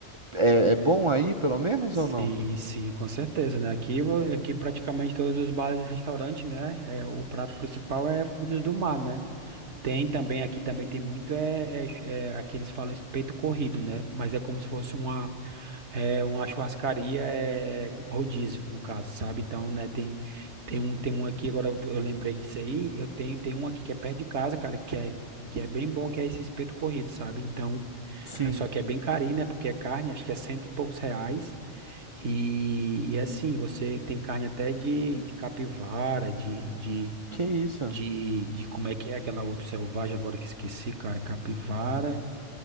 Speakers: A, on the right; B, on the right.
A: é, é bom aí, pelo menos,
B: Sim,
A: ou não?
B: sim, com certeza, né? Aqui, vo- aqui praticamente todos os bares e restaurantes, né? É, o prato principal é frutos do mar, né? Tem também, aqui também tem muito, é, é, é, aqui eles falam espeto corrido, né? Mas é como se fosse uma, é, uma churrascaria, é, rodízio, no caso, sabe? Então, né, tem, tem um, tem um aqui, agora eu lembrei disso aí, eu tenho, tem um aqui que é perto de casa, cara, que é, que é bem bom, que é esse espeto corrido, sabe? Então,
A: Sim.
B: é, Só que é bem carinho, né? Porque é carne, acho que é cento e poucos reais. E, e assim, você tem carne até de, de capivara, de, de,
A: Que isso?
B: de, de como é que é aquela outra selvagem, agora que esqueci, cara, capivara,